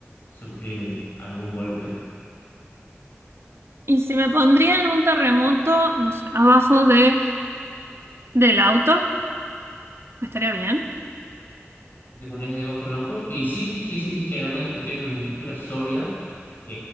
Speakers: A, on the left (about 45°); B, on the right (about 65°).
A: sufrir algún golpe.
B: Y si me pondría en un terremoto, no sé, abajo de, del auto, estaría bien.
A: y te pones debajo del auto. Y sí, sí, sí, sí, generalmente porque es una estructura sólida eh,